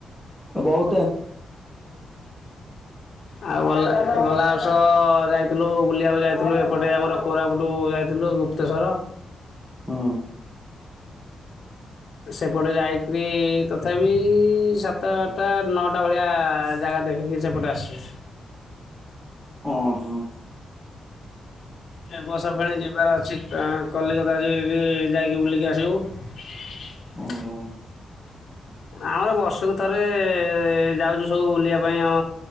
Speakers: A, in the centre; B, on the left.
A: ତ ବହୁ
B: ଆଉ ଗଲା ଗଲା ବ ର୍ଷ ଯାଇଥିଲୁ ବୁଲିବାକୁ ଯାଇଥିଲୁ ଏପଟେ ଆମର କୋରାପୁଟୁ ଯାଇଥିଲୁ ଗୁପ୍ତେଶ୍ଵର।
A: ହୁଁ।
B: ସେପଟେ ଯାଇକରି ତଥାପି ସାତଟା ନଅଟା ଭଳିଆ ଜାଗା ଦେଖିକି ସେପଟେ ଆସୁଚୁ।
A: ଓଁ ହଁ।
B: ଏ ବର୍ଷ ଫେଣେ ଯିବାର ଅଛି ତାଂ କଲିକତା ଯେ-ଯେ ଯାଇକି ବୁଲି କି ଆସିବୁ।
A: ଓହୋ।
B: ଆମର ବର୍ଷକୁ ଥରେ ଯାଉଚୁ ସବୁ ବୁଲିବା ପାଇଁ ଆମ